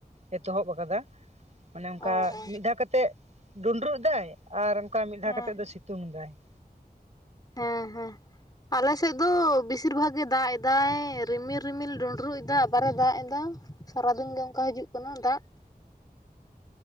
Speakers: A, on the right; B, on the left.
A: ᱮᱛᱚᱦᱚᱵ ᱟᱠᱟᱫᱟ ᱾ ᱢᱟᱱᱮ ᱚᱱᱠᱟ
B: ᱚ ᱚ
A: ᱢᱤᱫ ᱫᱷᱟᱶ ᱠᱟᱛᱮᱜ, ᱰᱩᱸᱰᱨᱩᱜ ᱮᱫᱟᱭ ᱟᱨ ᱚᱱᱠᱟ ᱢᱤᱫ ᱫᱷᱟᱶ
B: ᱦᱮᱸ
A: ᱠᱟᱛᱮᱜ ᱫᱚ ᱥᱤᱛᱩᱝ ᱫᱟᱭ ᱾
B: ᱦᱮᱸ ᱦᱮᱸ᱾ ᱟᱞᱮᱥᱮᱫ ᱫᱚ ᱵᱮᱥᱤᱨ ᱵᱷᱟᱜᱽ ᱜᱮ ᱫᱟᱜ ᱮᱫᱟᱭ ᱨᱤᱢᱤᱞ ᱨᱤᱢᱤᱞ ᱰᱩᱰᱨᱩᱜ ᱮᱫᱟ, ᱟᱵᱟᱨᱮ ᱫᱟᱜ ᱮᱫᱟᱭ ᱾ ᱫᱚ ᱥᱟᱨᱟ ᱫᱤᱱ ᱜᱮ ᱚᱱᱠᱟ ᱦᱤᱡᱩᱜ ᱠᱟᱱᱟ ᱫᱟᱜ ᱾